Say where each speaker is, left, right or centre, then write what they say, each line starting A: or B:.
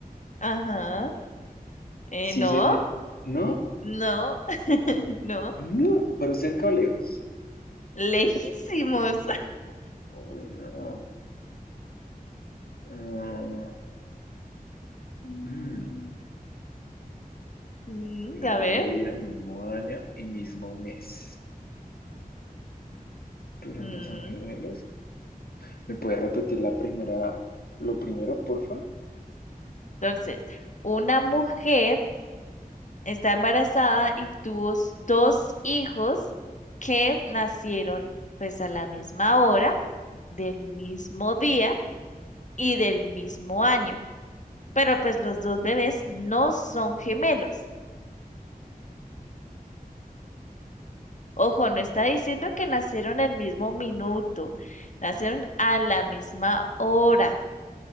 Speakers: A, on the left; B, on the left.
A: Ajá. Eh,
B: Sí
A: no,
B: sería, ¿no?
A: no, <laughs> no.
B: No, pero cerca o lejos.
A: Lejísimos.
B: Uy, no. Ah,
A: <laughs>
B: mm,
A: Mm,
B: mismo
A: a ver.
B: día, mismo año y mismo mes. Pero
A: Mm,
B: no son gemelos. ¿Me puedes repetir la primera, lo primero, porfa?
A: Entonces, una mujer está embarazada y tuvo s- dos hijos que nacieron pues a la misma hora, del mismo día y del mismo año. Pero pues los dos bebés no son gemelos. Ojo, no está diciendo que nacieron el mismo minuto, nacieron a la misma hora.